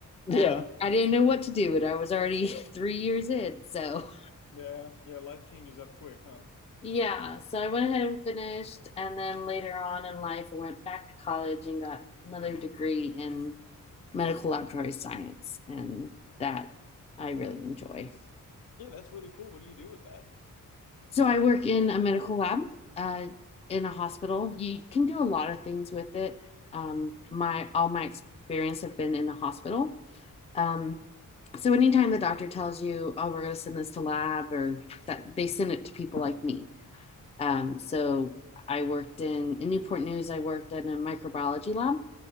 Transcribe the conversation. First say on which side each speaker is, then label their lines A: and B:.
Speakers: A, on the left; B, on the left.
A: Yeah. I didn't know what to do, but I was already <laughs> three years in, so.
B: Yeah. Yeah. Life changes up quick, huh?
A: Yeah, so I went ahead and finished, and then later on in life, I went back to college and got another degree in medical laboratory science, and that I really enjoy.
B: Yeah, that's really cool. What do you do with that?
A: So I work in a medical lab uh, in a hospital. You can do a lot of things with it. Um, my all my experience have been in a hospital. Um, so anytime the doctor tells you, "Oh, we're going to send this to lab," or that they send it to people like me Um, so I worked in in Newport News. I worked in a microbiology lab.